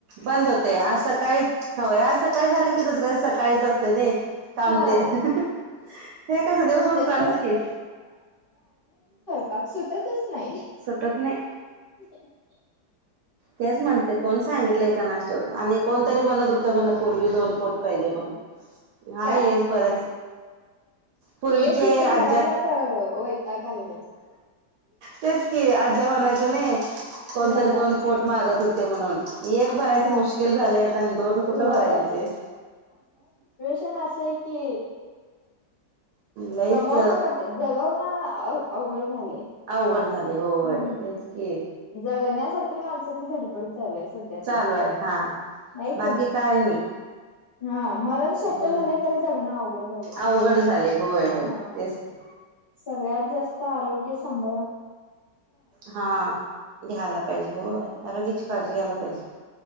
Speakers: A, on the right; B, on the left.
A: बंद होते आज सकाळी होय आज सकाळी झालं की दुसऱ्या सकाळीच असतेन. कामते
B: हा
A: हे कसं दिवसभर
B: तस
A: चालूच कि.
B: हात सुटतच नाही.
A: सुटत नाही.
B: ह.
A: तेच म्हणते कोण सांगितलंय कोणास आणि कोणतरी म्हणतं होतं म्हण पूर्वी दोन पोट पाहिजे म्हणून हाय
B: काय
A: हे भराच पूर्वीचे
B: एक इथं
A: आज्यात
B: भरायला का वैताग आलाय.
A: तेच कि आजच्या म्हणायचं नाही कोणतरी
B: हा
A: दोन पोट मागत होते म्हणून एक भरायचं
B: हा
A: मुश्किल झालं आणि दोन कुठं
B: होय.
A: भरायचे ते
B: असं कि
A: लईच
B: कमावण्यासाठी जगवण अवघड झालंय.
A: अवघड झाले होय
B: हम्म
A: तेच की
B: जगण्यासाठी माणसं ती धडपड पण चालू हाय सध्या
A: चालू
B: तरी,
A: आहे हा
B: हाय
A: बाकी
B: का नाही.
A: काय नाही
B: हा मरण सोप्पं
A: हम्म
B: झालंय, खरं जगणं अवघड झालंय.
A: अवघड झाले होय होय
B: हा...
A: तेच की.
B: सगळ्यात जास्त आरोग्य सांभाळा.
A: हा घ्याला पाहिजे, होय आरोग्याची काळजी घ्यायला पाहिजे की,